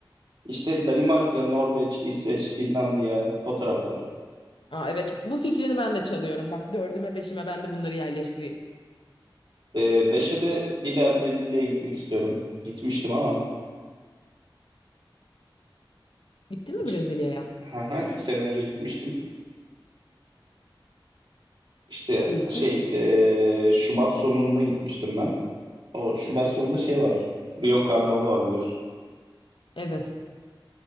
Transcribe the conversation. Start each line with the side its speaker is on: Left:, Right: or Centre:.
Right: işte Danimarka, Norveç, İsveç, Finlandiya o taraflar.
Left: Aa, evet bu fikrini ben de çalıyorum. Bak dördüme beşime ben de bunları yerleştireyim.
Right: Ee, 5'e de bir daha Brezilya'ya gitmek istiyorum. Gitmiştim ama
Left: Gitti mi
Right: iki,
Left: Brezilya'ya?
Right: haha, iki sene önce gitmiştim. İşte
Left: Değişik.
Right: şey ee, Şubat sonunda gitmiştim ben. O Şubat sonunda şey var. Rio Karnavalı var biliyorsun.
Left: Evet.